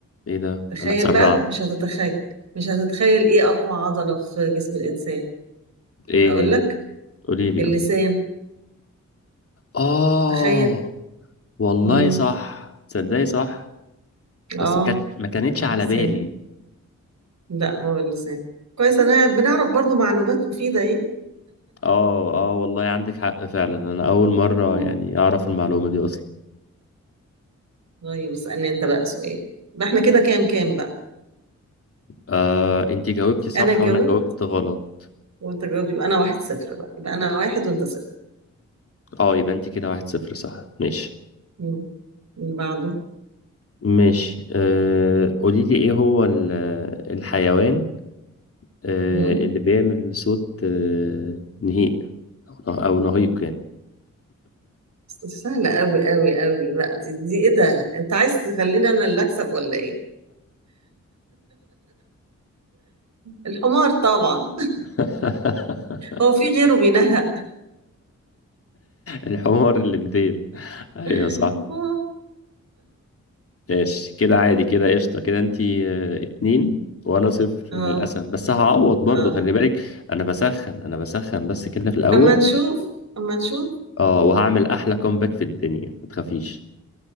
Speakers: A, on the left (about 50°); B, on the right (about 65°).
A: ايه ده
B: تخيل
A: انا اتسرعت
B: بقى مش هتتخيل مش هتتخيل إيه أقوى عضلة في جسم الإنسان
A: ايه
B: أقول لك
A: هي قولي لي
B: اللسان
A: اه آه،
B: تخيل
A: والله
B: مم.
A: صح تصدقي صح
B: آه
A: بس ما كانت ما كانتش
B: اللسان
A: على بالي
B: لا هو اللسان كويس أنا بنعرف برضو معلومات مفيدة إيه
A: اه اه والله عندك حق فعلا انا اول مره
B: مم.
A: يعني اعرف المعلومه دي اصلا
B: طيب اسألني أنت بقى سؤال ده إحنا كده كام كام بقى
A: آه انت جاوبتي صح
B: أنا اتجاوبت
A: وانا جاوبت غلط
B: وانت جاوب يبقى انا واحد صفر بقى يبقى انا واحد وانت صفر
A: اه يبقى انت كده واحد صفر صح ماشي
B: مم. من بعده
A: ماشي آه قولي لي ايه هو ال- الحيوان آه،
B: مم.
A: اللي بيعمل صوت آه، نهيق أو نه- أو نهيق يعني
B: بس سهلة قوي قوي قوي بقى دي, دي ايه ده انت عايز تخليني انا اللي اكسب ولا ايه الحمار طبعا
A: <laughs>
B: هو في غيره بينهق
A: الحمار اللي بديل أيوة
B: <laughs>
A: صح
B: اه
A: ماشي كده عادي كده قشطة كده أنتي آه، اتنين وأنا صفر
B: اه
A: للأسف بس هعوض برضو
B: اه
A: خلي بالك أنا بسخن أنا بسخن بس كده في الأول
B: اما نشوف اما نشوف
A: أه وهعمل أحلى كومباك في الدنيا ما تخافيش